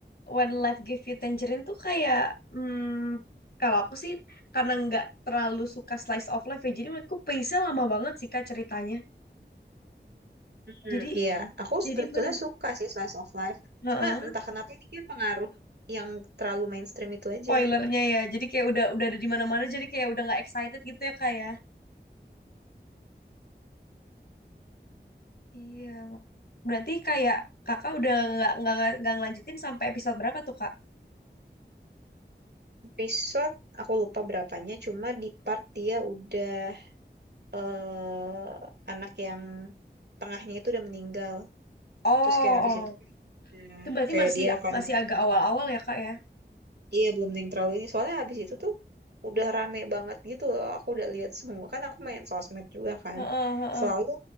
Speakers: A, on the left; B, on the right.
A: When Life Give You Tangerine tuh kayak, hmm, kalau aku sih karena nggak terlalu suka slice of life ya, jadi menurutku pace-nya lama banget sih kak ceritanya.
B: Hmm,
A: Jadi,
B: iya, aku
A: jadi
B: sebetulnya
A: bener
B: suka sih slice of life.
A: Heeh,
B: Cuma entah kenapa ini kayak pengaruh yang terlalu mainstream itu
A: spoilernya
B: aja.
A: ya. Jadi kayak udah udah ada di mana-mana jadi kayak udah nggak excited gitu ya kak ya. Iya. Mak. Berarti kayak kakak udah nggak nggak nggak ngelanjutin sampai episode berapa tuh kak?
B: Episode aku lupa berapanya, cuma di part dia udah eh anak yang tengahnya itu udah meninggal.
A: Oh,
B: Terus kayak habis itu
A: oh.
B: ya,
A: Itu berarti
B: kayak
A: masih
B: dia kayak
A: masih agak awal-awal ya kak ya.
B: iya belum yang terlalu ini. Soalnya habis itu tuh udah rame banget gitu loh. Aku udah lihat semua kan aku main sosmed juga kan.
A: Heeh, heeh.
B: Selalu